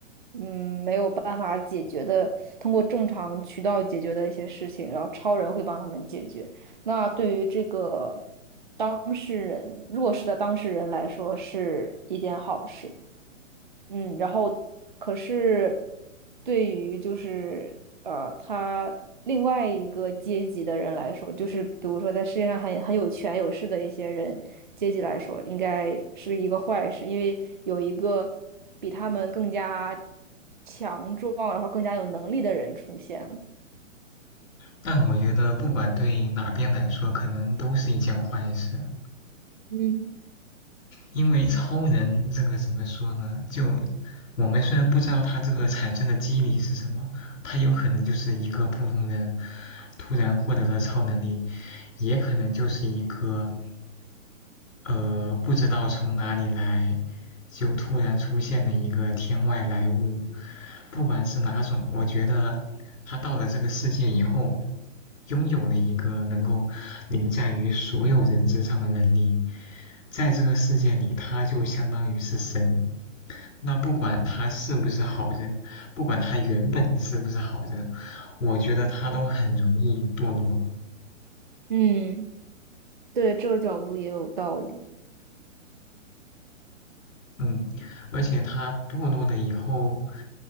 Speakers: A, on the right; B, on the left.
A: 嗯，没有办法解决的，通过正常渠道解决的一些事情，然后超人会帮他们解决。那对于这个当事人，弱势的当事人来说，是一件好事。嗯，然后可是对于就是呃，他另外一个阶级的人来说，就是比如说在世界上很很有权有势的一些人阶级来说，应该是一个坏事，因为有一个比他们更加强壮，然后更加有能力的人出现了。
B: 但我觉得，不管对哪边来说，可能都是一件坏事，
A: 嗯
B: 因为超人这个怎么说呢？就我们虽然不知道他这个产生的机理是什么，他有可能就是一个普通人突然获得了超能力，也可能就是一个呃，不知道从哪里来，就突然出现了一个天外来物。不管是哪种，我觉得他到了这个世界以后，拥有了一个能够凌驾于所有人之上的能力。在这个世界里，他就相当于是神。那不管他是不是好人，不管他原本是不是好人，我觉得他都很容易堕落。
A: 嗯，对，这个角度也有道理。
B: 嗯，而且他堕落了以后，